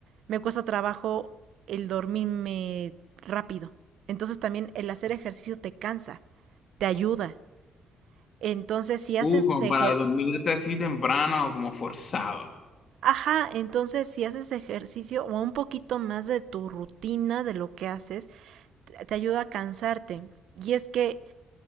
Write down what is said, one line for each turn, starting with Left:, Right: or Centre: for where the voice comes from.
Right: me cuesta trabajo el dormirme rápido. Entonces también el hacer ejercicio te cansa, te ayuda. Entonces si haces
Left: Uh, como
Right: ejer-
Left: para dormirte así temprano, como forzado.
Right: Ajá, entonces si haces ejercicio o un poquito más de tu rutina, de lo que haces, te te ayuda a cansarte. Y es que